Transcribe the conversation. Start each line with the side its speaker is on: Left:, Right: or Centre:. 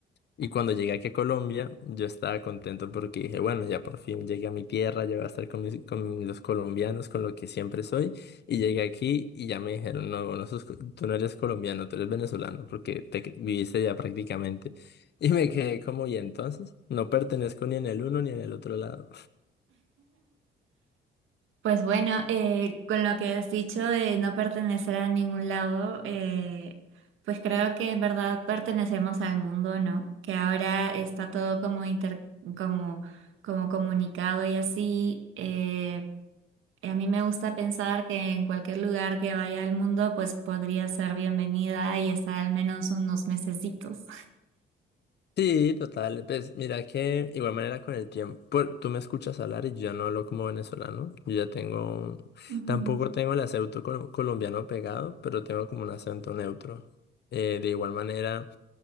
Left: Y cuando llegué aquí a Colombia, yo estaba contento porque dije, bueno, ya por fin llegué a mi tierra, ya voy a estar con mis, con los colombianos, con lo que siempre soy. Y llegué aquí y ya me dijeron, no, no sos co- tú no eres colombiano, tú eres venezolano porque te cre- viviste ya prácticamente. <laughs> Y me quedé como, y entonces, no pertenezco ni en el uno ni en el otro lado.
Right: Pues bueno, eh, con lo que has dicho de no pertenecer a ningún lado, eh, pues creo que en verdad pertenecemos al mundo, ¿no? Que ahora está todo como inter- como, como comunicado y así. eh, a mí me gusta pensar que en cualquier lugar que vaya al mundo, pues podría ser bienvenida y estar al menos unos mesecitos.
Left: Sí, total. Pues mira que igual manera con el tiempo, por- tú me escuchas hablar y yo ya no hablo como venezolano. Yo ya tengo,
Right: Ujú.
Left: tampoco tengo el acento col- colombiano pegado, pero tengo como un acento neutro. Eh, de igual manera,